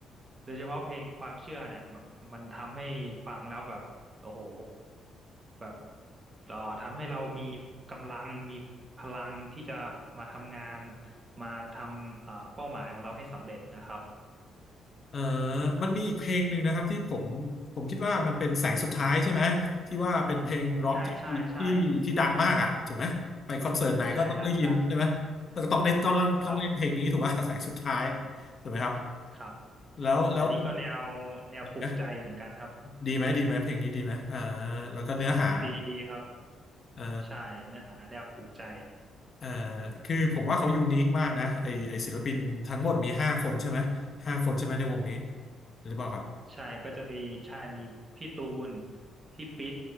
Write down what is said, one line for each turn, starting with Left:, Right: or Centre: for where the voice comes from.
Right: โดยเฉพาะเพลงความเชื่อเนี่ยแบบมันทำให้ฟังแล้วแบบโอ้โหแบบเอ่อทำให้เรามีกำลังมีพลังที่จะมาทำงานมาทำเอ่อเป้าหมายของเราให้สำเร็จนะครับ
Left: เอ่อมันมีอีกเพลงหนึ่งนะครับที่ผมผมคิดว่ามันเป็นแสงสุดท้ายใช่ไหมที่ว่าเป็นเพลงร็อกที่ที่ที่ดังมากอ่ะถูกไหมไปคอนเสิร์ตไหนก็ต้องได้ยินใช่ไหมแต่ก็ต้องได้ต้องต้องเล่นเพลงนี้ถูกว่า
Right: ใช่ใช่ใช่ใช่ดังดังครับ
Left: <laughs> แสงสุดท้ายถูกไหมครับ
Right: ครับ
Left: แล้วแล้ว
Right: อันนี้ก็แนวแนวปลุกใจเหมือนกันครับ
Left: ดีไหมดีไหมดีไหมเพลงนี้ดีไหมเอ่อแล้วก็เนื้อหา
Right: ดีดีครับ
Left: เอ่อ
Right: ใช่เนื้อหาแนวปลุกใจ
Left: เอ่อคือผมว่าเขายูนิคมากนะไอไอศิลปินทั้งหมดมีห้าคนใช่ไหมห้าคนใช่ไหมในวงนี้หรือเปล่าครับ
Right: ใช่ก็จะมีใช่มีพี่ตูนพี่ปิ๊ด